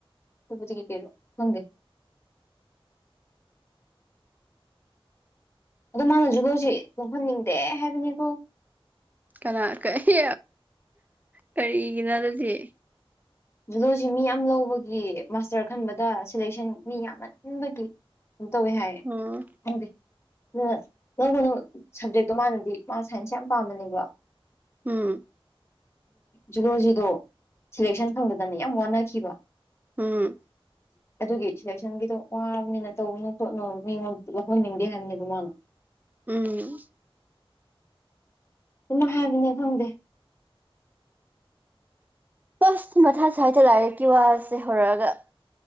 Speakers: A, on the left; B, on the right.
A: ꯇꯧꯄꯇ ꯀ ꯀꯦꯔꯣ ꯍꯨꯡꯗꯦ ꯑꯗꯣ ꯃꯥꯅ ꯖꯤꯕ ꯍꯧꯖꯤ ꯂꯣꯡꯍꯟꯅꯤꯡꯗꯦ ꯍꯥꯏꯕꯅꯤꯀꯣ
B: ꯀꯅꯥ ꯀꯔꯤ ꯀꯔꯤꯒꯤꯅꯣ ꯑꯗꯨꯗꯤ
A: ꯂꯣꯁꯤ ꯃꯤ ꯌꯥꯝ ꯂꯧꯕꯒꯤ ꯃꯥꯁꯇꯔ ꯈꯟꯕꯗ ꯁꯦꯂꯦꯛꯁꯟ ꯃꯤ ꯌꯥꯝꯃꯟꯕꯒꯤ ꯇꯧꯋꯤ ꯍꯥꯏ
B: ꯎꯝ
A: ꯈꯪꯗꯦ ꯑꯗꯨꯅ ꯅꯧꯕꯅꯨ ꯁꯕꯖꯦꯛꯇꯣ ꯃꯥꯅꯗꯤ ꯃꯥ ꯁꯥꯏꯟꯁ ꯌꯥꯝ ꯄꯥꯝꯃꯅꯦꯕ
B: ꯎꯝ
A: ꯖꯂꯣꯖꯤꯗꯣ ꯁꯤꯦꯂꯦꯛꯁꯟ ꯐꯪꯗꯗꯅ ꯌꯥꯝ ꯋꯥꯅꯈꯤꯕ
B: ꯎꯝ
A: ꯑꯗꯨꯒꯤ ꯁꯂꯦꯛꯁꯟꯒꯤꯗꯣ ꯋꯥꯕꯅꯤꯅ ꯇꯧꯅꯨ ꯈꯣꯠꯅꯨ ꯃꯤꯉꯣꯟꯝ ꯂꯧꯍꯟꯅꯤꯡꯗꯦ ꯍꯥꯏꯕꯅꯦꯕ ꯃꯥꯅ
B: ꯎꯝ
A: ꯀꯅ ꯍꯥꯏꯕꯅꯦ ꯈꯪꯗꯦ
B: ꯁ ꯃꯊꯥ ꯁ꯭ꯋꯥꯏꯗ ꯂꯥꯏꯔꯤꯛꯀꯤ ꯋꯥꯁꯦ ꯍꯧꯔꯛꯑꯒ